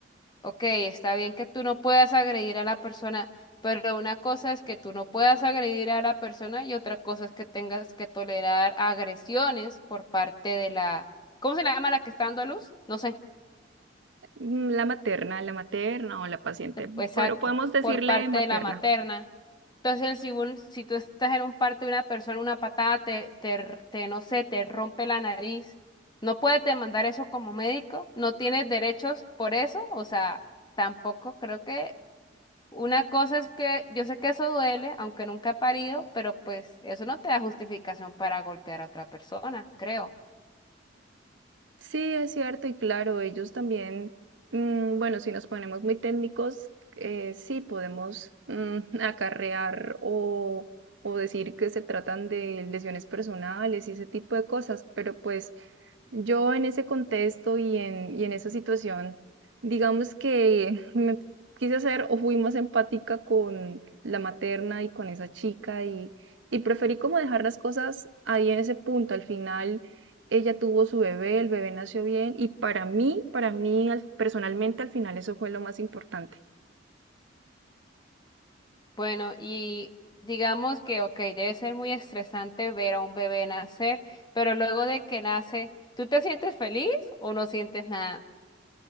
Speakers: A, on the left (about 25°); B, on the right (about 75°).
A: Ok, está bien que tú no puedas agredir a la persona, pero una cosa es que tú no puedas agredir a la persona y otra cosa es que tengas que tolerar agresiones por parte de la, ¿cómo se le llama la que está dando a luz? No sé,
B: Mm, La materna, la materna o la paciente,
A: te- exacto,
B: pero podemos decirle
A: por parte
B: materna.
A: de la materna. Entonces, si, un- si tú estás en un parto de una persona, una patada te, te, r- te, no sé, te rompe la nariz, no puedes demandar eso como médico, no tienes derechos por eso, o sea, tampoco creo que Una cosa es que yo sé que eso duele, aunque nunca he parido, pero pues eso no te da justificación para golpear a otra persona, creo.
B: Sí, es cierto y claro, ellos también, mm, bueno, si nos ponemos muy técnicos, eh, sí podemos mm, <laughs> acarrear o, o decir que se tratan de lesiones personales y ese tipo de cosas, pero pues yo en ese contexto y en, y en esa situación, digamos que me quise hacer o fui más empática con la materna y con esa chica y, y preferí como dejar las cosas ahí en ese punto. Al final ella tuvo su bebé, el bebé nació bien y para mí, para mí al- personalmente al final eso fue lo más importante.
A: Bueno, y digamos que, ok, debe ser muy estresante ver a un bebé nacer, pero luego de que nace, ¿tú te sientes feliz o no sientes nada?